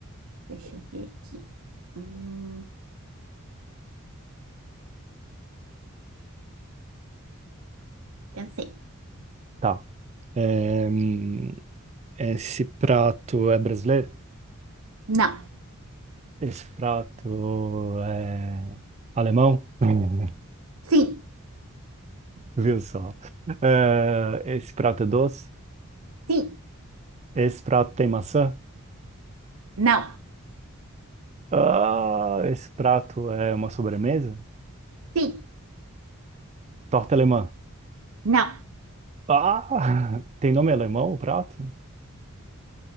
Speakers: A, on the right; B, on the right.
A: Deixa eu ver aqui. Hum, pensei.
B: Tá. É, hum, esse prato é brasileiro?
A: Não.
B: Esse prato é alemão? <laughs>
A: Sim.
B: Viu só? Ah, esse prato é doce?
A: Sim.
B: Esse prato tem maçã?
A: Não.
B: Ah, esse prato é uma sobremesa?
A: Sim.
B: Torta alemã.
A: Não.
B: Ah, <laughs> tem nome alemão o prato?